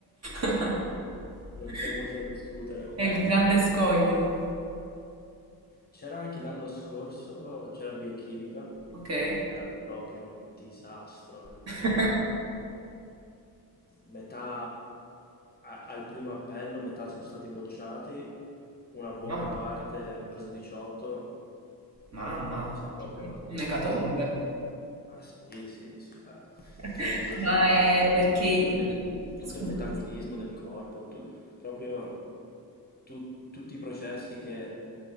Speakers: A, on the right (about 40°); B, on the left (about 25°).
A: <laughs>
B: Non c'è molto da discutere. Beh,
A: è il grande scoglio.
B: c'era anche l'anno scorso, c'era biochimica,
A: Ok.
B: che era proprio un disastro allucinante.
A: <laughs>
B: Metà a- al primo appello, metà sono stati bocciati, una buona
A: Mamma,
B: parte hanno preso 18.
A: mamma,
B: C'è proprio un,
A: un'ecatombe.
B: un esame, ma sì, sì, sì, ah,
A: <laughs>
B: incredibile,
A: Ma
B: cioè,
A: è
B: fai conto
A: perché...
B: tutto il, me- tutto
A: Scusa.
B: il metabolismo del corpo, tu- proprio tu- tutti i processi che,